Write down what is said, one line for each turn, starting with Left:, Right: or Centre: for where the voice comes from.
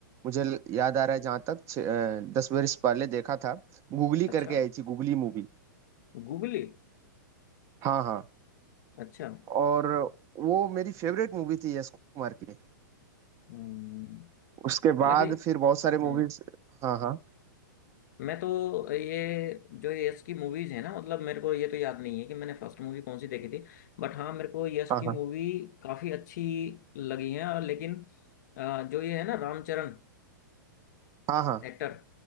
Right: मुझे ल- याद आ रहा है जहाँ तक छः- अ, दस बरस पहले देखा था गूगली
Left: अच्छा
Right: करके आई थी गूगली मूवी
Left: गूगली
Right: हाँ हाँ
Left: अच्छा
Right: और वो मेरी फेवरेट मूवी थी यश कुमार की
Left: हम्म,
Right: उसके
Left: हालांकि
Right: बाद फिर बहुत सारे मूवीज
Left: हम्म,
Right: हाँ हाँ
Left: मैं तो ये जो ये यश की मूवीज़ है ना मतलब मेरे को ये तो याद नहीं है कि मैंने फर्स्ट मूवी कौन सी देखी थी बट हाँ मेरे को यश
Right: हाँ
Left: की
Right: हाँ
Left: मूवी काफ़ी अच्छी लगी है और लेकिन अ, जो ये है ना रामचरण
Right: हाँ हाँ
Left: एक्टर